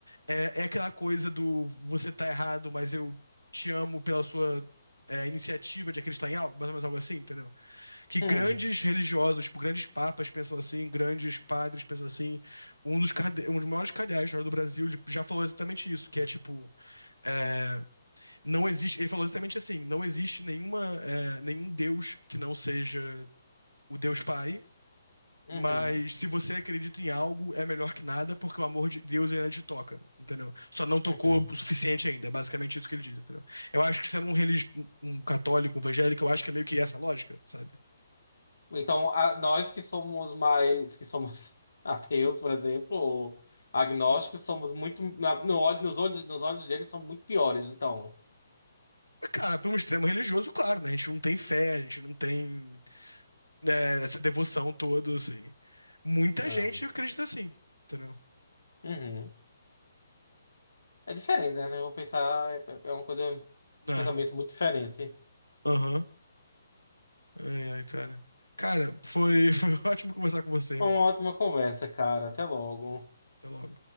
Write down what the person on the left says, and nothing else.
hum,
uhum,
uhum.
Então, a- nós que somos mais. que somos <laughs> ateus, por exemplo, ou agnósticos, somos muito. na- no olho- nos olhos, nos olhos deles são muito piores, então.
hum,
uhum. É diferente, né? Eu vou pensar. É é é uma coisa.
Um pensamento muito diferente.
Uma ótima conversa, cara. Até logo.